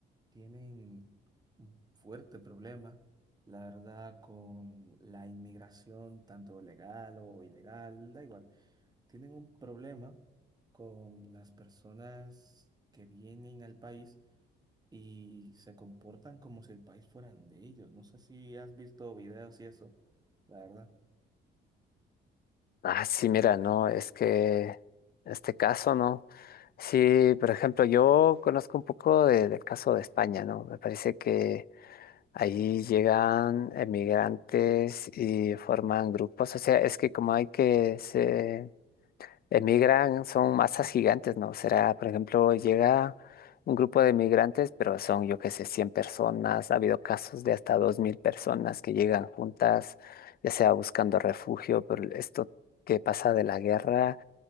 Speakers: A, on the right; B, on the left.
A: tienen un fuerte problema, la verdad, con la inmigración, tanto legal o ilegal, da igual. Tienen un problema con las personas que vienen al país y se comportan como si el país fueran de ellos. No sé si has visto videos y eso, la verdad.
B: Ah, sí, mira, no, es que este caso, ¿no? Sí, por ejemplo, yo conozco un poco de- del caso de España, ¿no? Me parece que ahí llegan emigrantes y forman grupos, o sea, es que como hay que se Emigran, son masas gigantes, ¿no? Será, por ejemplo, llega un grupo de migrantes, pero son, yo qué sé, 100 personas. Ha habido casos de hasta 2.000 personas que llegan juntas, ya sea buscando refugio por esto que pasa de la guerra,